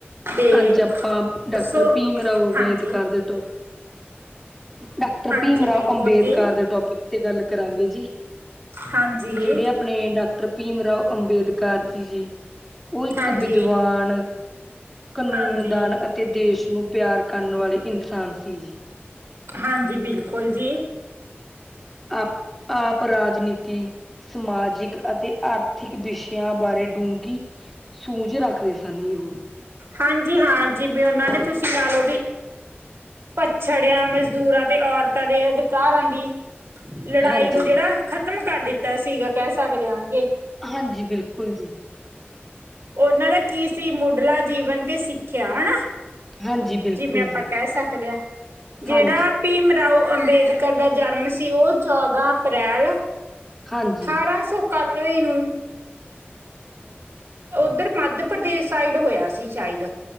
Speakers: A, on the right; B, in the centre.
A: ਤੇ
B: ਅਜ ਆਪਾਂ, ਡਾਕਟਰ
A: ਦੱਸੋ
B: ਭੀਮ ਰਾਓੇ ਅੰਬੇਡਕਰ,
A: ਹਾਂਜੀ।
B: ਘਰ ਦੇ ਤੋਂ। ਡਾ
A: ਹਾਂਜੀ
B: ਭੀਮ ਰਾਓ
A: ਬਿਲਕੁਲ
B: ਅੰਬੇਡਕਰ,
A: ਜੀ
B: ਦੇ ਤੋਂ। ਕਿਤੇ, ਗਲ ਕਰਾਂਗੇ ਜੀ।
A: ਹਾਂਜੀ
B: ਜਿਹੜੇ ਆਪਣੇ, ਡਾਕਟਰ ਭੀਮ ਰਾਓ ਅੰਬੇਦਕਰ ਜੀ, ਜੀ। ਉਹ ਇਕ
A: ਹਾਂਜੀ
B: ਵਿਦਵਾਨ। ਕਾਨੂੰਨ
A: ਹਾਂਜੀ।
B: ਦਾਨ, ਅਤੇ ਦੇਸ਼ ਨੂੰ ਪਿਆਰ ਕਰਨ, ਵਾਲੇ ਇਨਸਾਨ ਸੀ ਜੀ।
A: ਹਾਂਜੀ, ਬਿਲਕੁਲ ਜੀ।
B: ਆਪ, ਆਪ ਰਾਜਨੀਤੀ, ਸਮਾਜਿਕ, ਅਤੇ ਆਰਥਿਕ ਵਿਸ਼ਿਆਂ, ਬਾਰੇ ਡੂੰਘੀ ਸੂੰਝ ਰੱਖਦੇ ਸਨ। ਉਹ।
A: ਹਾਂਜੀ- ਹਾਂਜੀ, ਵੇ ਉਹਨਾ ਨੇ, ਤੁਸੀ ਲਾ ਲਓ ਵੀ ਪੱਛੜਿਆਂ, ਮਜ਼ਦੂਰਾਂ ਤੇ ਔਰਤਾਂ ਦੇ ਅਧਿਕਾਰਾਂ ਦੀ ਲੜਾਈ
B: ਹਾਂਜੀ
A: ਵਗੈਰਾ ਜਿਹੜਾ ਖਤਮ ਕਰ ਦਿਤਾ ਸੀਗਾ। ਕਹਿ ਸਕਦੇ, ਹਾਂਜੀ।
B: ਹਾਂਜੀ, ਬਿਲਕੁਲ ਜੀ।
A: ਉਹਨਾਂ ਦਾ, ਕੀ ਸੀ। ਮੁੱਢਲਾ ਜੀਵਨ ਤੇ ਸਿੱਖਿਆ। ਹਨਾ
B: ਹਾਂਜੀ ਬਿਲਕੁਲ
A: ਜਿਵੇਂ ਆਪਾਂ,
B: ਜੀ
A: ਕਹਿ ਸਕਦੇ ਹਾਂ। ਜਿਹੜਾ
B: ਹਾਂਜੀ
A: ਭੀਮ ਰਾਓ ਅੰਬੇਦਕਰ, ਦਾ ਜਨਮ ਸੀ। ਉਹ ਚੌਦਾਂ ਅਪ੍ਰੈਲ
B: ਹਾਂਜੀ
A: ਅਠਾਰਾਂ ਸੌ, ਇਕਾਨਵੇਂ ਨੂੰ ਉਧਰ, ਮੱਧ ਪ੍ਰਦੇਸ਼, ਸਾਈਡ ਹੋਇਆ ਸੀ। ਸ਼ਾਇਦ।